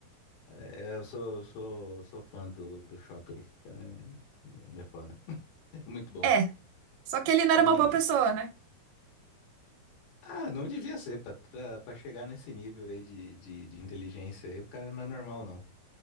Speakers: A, on the left; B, on the right.
A: é, eu sou, sou, sou fã do, do Shockley, cara. Ele é foda. <laughs> Muito bom.
B: É, só que ele não
A: E.
B: era uma boa pessoa, né?
A: Ah, não devia ser, pra, pra, pra chegar nesse nível aí de, de, de inteligência aí, o cara não é normal, não.